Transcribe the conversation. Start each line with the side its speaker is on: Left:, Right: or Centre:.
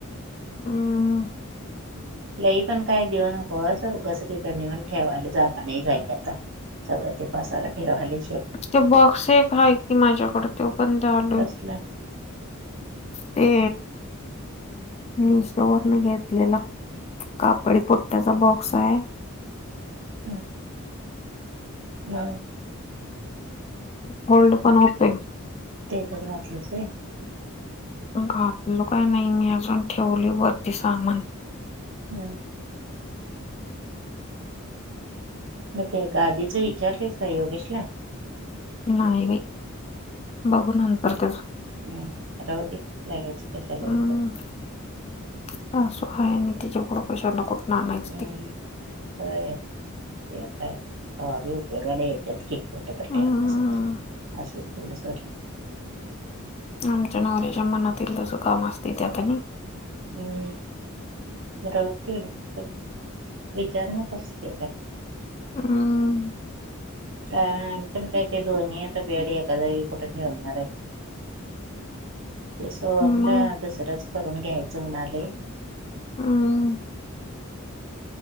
Left: हम्
Right: लई पण काय देऊनको असं कसं क करणीऊन ठेवायला जागा नाही झाली आता सगळं तेपासाला ठेवाले
Left: ते बॉक्स एक आहे की माझ्याकडे ते पण द आले
Right: कसला
Left: ते मशो वर मी घेतलेला कापडी पट्ट्याचा बॉक्स आहे
Right: हम हम
Left: होल्ड पण होते
Right: त्याच्यात घातलेच
Left: घातलो काय नाही मी अजून ठेवली वरती सामान
Right: हम्म मग ते गादीच विचारलेस का योगेशला
Left: नाहीयई बघू ना करतेच
Right: हम्म राहू दे लगेच कशाला हे
Left: हम्
Right: करून
Left: सासू आहेय आणि तिच्या पुोडं कैशाला कुठून आणायच
Right: हम्म
Left: ते
Right: ते काय हवाबी उपयोगाला य त्यात की फोट तर ठेवालं
Left: हम्म.
Right: असेल तर अस तेवढ सोड
Left: आमच्या नवऱ्याच्या मनातील तसं काम असते त्यातनी
Right: हम् रवट तकडे विचारण कसते काय
Left: हम.
Right: अ पण काय ते दोन्ही आता बेड एका जागी कुठं ठेवणार आहे ते सो मला
Left: मग
Right: दसरच करून घ्यायचं म्हणाले
Left: ह.